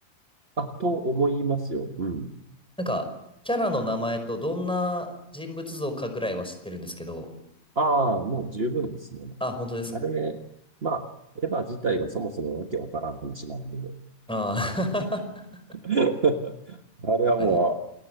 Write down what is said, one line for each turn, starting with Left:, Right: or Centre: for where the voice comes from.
Right: あ、と思いますよ。うん。
Centre: なんか、キャラの名前とどんな人物像かぐらいは知ってるんですけど、
Right: ああ、もう十分ですね。
Centre: あ、本当ですか
Right: あれ、まあ、エヴァ自体がそもそもわけわからん話なんで、
Centre: ああー、<laughs>
Right: <laughs> あれはも
Centre: 確かに。